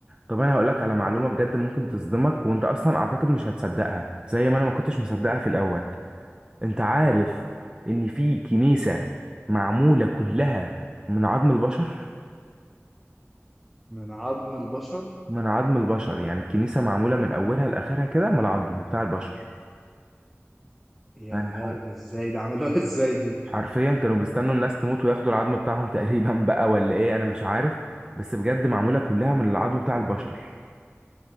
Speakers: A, on the right; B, in the centre.
A: طب انا هقول لك على معلومه بجد ممكن تصدمك وانت اصلا اعتقد مش هتصدقها زي ما انا ما كنتش مصدقها في الاول انت عارف ان في كنيسه معموله كلها من عظم البشر
B: من عظم البشر
A: من عظم البشر يعني الكنيسه معموله من اولها لاخرها كده من العظم بتاع البشر
B: يا
A: يعني حاجة
B: ده ازاي ده عملوها <laughs> ازاي دي
A: حرفيا كانوا بيستنوا الناس تموت وياخدوا العظم بتاعهم <laughs> تقريبا بقى ولا ايه انا مش عارف بس بجد معموله كلها من العظم بتاع البشر